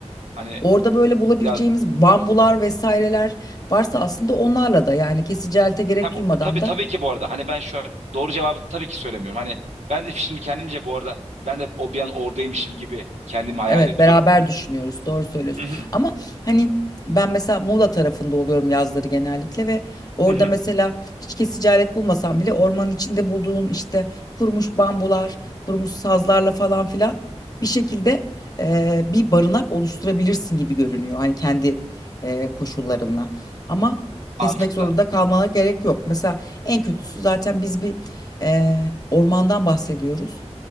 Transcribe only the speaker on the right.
hani
biraz
ha bu,
tabii
tabii ki bu arada hani ben şu an doğru cevabı tabii ki söylemiyorum. Hani ben de şimdi kendimce bu arada ben de o bir an oradaymışım gibi kendimi hayal
ediyorum.
Hı hı,
hı hı.
Mantıklı.